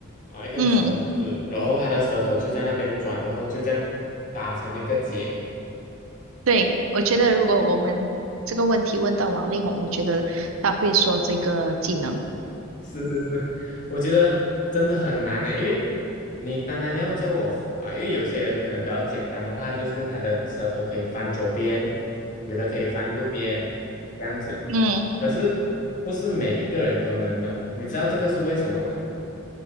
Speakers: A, on the left; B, on the right.
A: 啊，一根绳子，
B: 嗯，
A: 然后他的舌头就在那边转，然后就这样打成一个结，
B: 对，我觉得如果我们这个问题问到王力宏，我觉得他会说这个技能。
A: 是是是，我觉得真的很难呢，因为你单单要叫我啊、因为有些人可能比较简单的话，就是他的舌头可以翻左边，有的可以翻右边，这样子。
B: 嗯
A: 可是不是每一个人都能的，你知道这个是为什么吗？